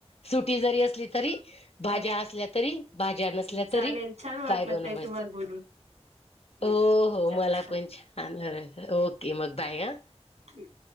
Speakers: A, on the left; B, on the right.
A: सुटी जरी असली तरी भाज्या
B: ह
A: असल्या तरी, भाज्या नसल्या
B: चालेल
A: तरी
B: छान वाटलं
A: काय बनवायचं?
B: ताई तुम्हाला बोलून हम्
A: हो. हो.
B: चालेल
A: मला
B: हा
A: पण छान <unintelligible> ओके मग बाय हं.
B: ठीक.